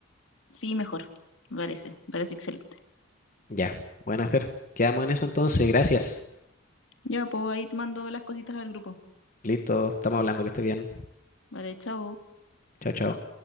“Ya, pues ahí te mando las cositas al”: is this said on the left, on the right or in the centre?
Left